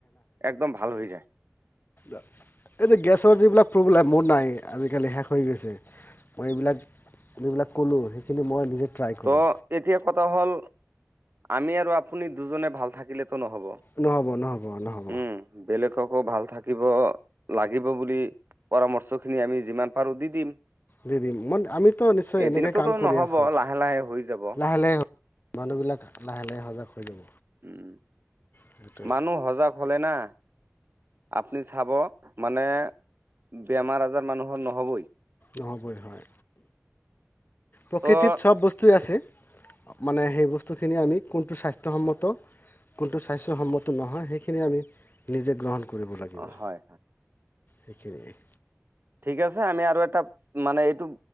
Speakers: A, on the right (about 50°); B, on the left (about 40°).
A: একদম ভাল হৈ যায়।
B: এ, গেছৰ যিবিলাক প্ৰব্লেম, মোৰ নাই আজিকালি শেষ হৈ গৈছে। মই এইবিলাক যিবিলাক ক'লোঁ সেইখিনি মই নিজে ট্ৰাই কৰোঁ
A: ত' এতিয়া কথা হ'ল আমি আৰু আপুনি দুজনে ভাল থাকিলেতো নহ'ব।
B: নহ'ব নহ'ব নহ'ব।
A: উম, বেলেগকো ভাল থাকিব লাগিব বুলি পৰামৰ্শখিনি আমি যিমান পাৰো দি দিম।
B: দি দিম, মই আমিতো নিশ্চয়
A: এদিনততো
B: এনেকে কাম কৰি
A: নহ'ব
B: আছোঁ।
A: লাহে লাহে হৈ যাব।
B: লাহে, মানুহবিলাক লাহে লাহে সজাগ হৈ যাব।
A: উম,
B: সেইটোৱে
A: মানুহ সজাগ হ'লে না আপুনি চাব মানে বেমাৰ আজাৰ মানুহৰ নহ'বই।
B: নহ'বই হয়। প্ৰকৃতিত
A: ত'
B: চব বস্তুৱে আছে। মানে সেই বস্তুখিনি আমি কোনটো স্বাস্থ্যসন্মত কোনটো স্বাস্থ্যসন্মত নহয় সেইখিনি আমি নিজে গ্ৰহন কৰিব লাগিব
A: হয়, হয়,
B: সেইখিনিয়ে।
A: ঠিক আছে আমি আৰু এটা মানে এইটো